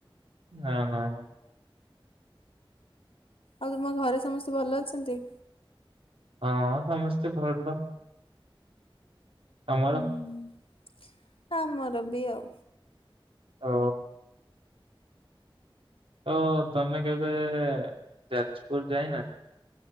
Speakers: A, on the right; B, on the left.
A: ନା ନା ନା।
B: ଆଉ ତୁମ ଘରେ ସମେସ୍ତେ ଭଲ ଅଛନ୍ତି?
A: ହଁ ସମେସ୍ତେ ଭଲ। ତମର?
B: ହୁଁ। ଆମର ବି ଆଉ।
A: ଓ। ତ ତମେ କେବେ ଯାଜପୁର ଯାଇନା?